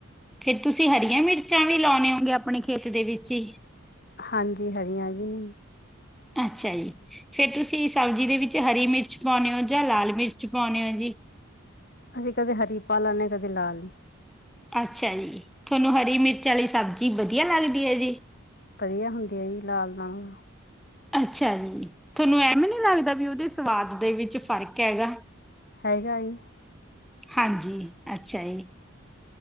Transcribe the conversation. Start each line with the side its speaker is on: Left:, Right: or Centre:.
Centre: ਫੇਰ ਤੁਸੀਂ ਹਰੀਆਂ ਮਿਰਚਾਂ ਵੀ ਲਾਉਣੇ ਹੋਂਗੇ ਆਪਣੇ ਖੇਤ ਦੇ ਵਿੱਚ ਹੀ।
Left: ਹਾਂਜੀ, ਹਰੀਆਂ ਵੀ ਨਹੀਂ।
Centre: ਅੱਛਾ ਜੀ, ਫਿਰ ਤੁਸੀਂ ਸਬਜ਼ੀ ਦੇ ਵਿੱਚ ਹਰੀ ਮਿਰਚ ਪਾਉਂਦੇ ਹੋ ਜਾਂ ਲਾਲ ਮਿਰਚ ਪਾਉਂਦੇ ਹੋ ਜੀ?
Left: ਅਸੀਂ ਕਦੇ ਹਰੀ ਪਾ ਲੈਦੇ ਕਦੇ ਲਾਲ।
Centre: ਅੱਛਾ ਜੀ, ਤੁਹਾਨੂੰ ਹਰੀ ਮਿਰਚ ਵਾਲੀ ਸਬਜ਼ੀ ਵਧੀਆ ਲੱਗਦੀ ਹੈ ਜੀ?
Left: ਵਧੀਆ ਹੁੰਦੀ ਆ ਜੀ ਲਾਲ ਨਾਲੋਂ
Centre: ਅੱਛਾ ਜੀ, ਤੁਹਾਨੂੰ ਐਵੇ ਨੀ ਲੱਗਦਾ ਵੀ ਉਹਦੇ ਸਵਾਦ ਦੇ ਵਿੱਚ ਫ਼ਰਕ ਹੈਗਾ?
Left: ਹੈਗਾ ਏ।
Centre: ਹਾਂਜੀ, ਅੱਛਾ ਜੀ,